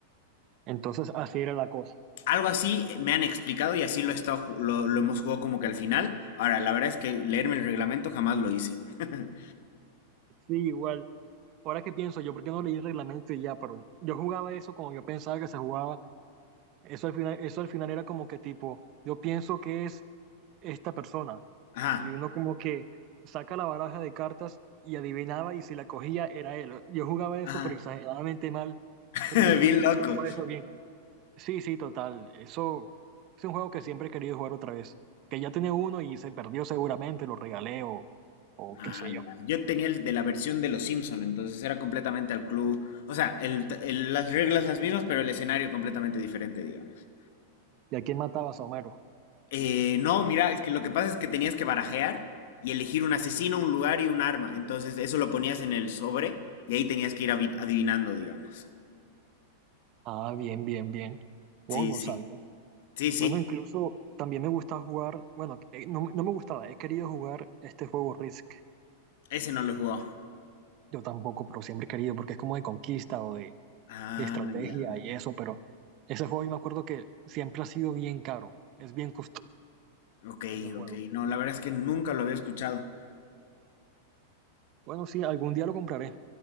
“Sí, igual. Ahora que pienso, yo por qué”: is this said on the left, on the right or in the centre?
Right